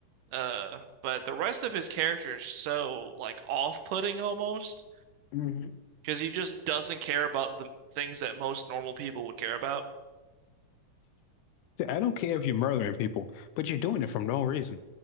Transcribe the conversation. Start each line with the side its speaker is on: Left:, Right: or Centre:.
Right: uh but the rest of his character is so like off-putting almost
Left: hmm
Right: because he just doesn't care about the things that most normal people would care about.
Left: I don't care if you're murdering people, but you're doing it for no reason.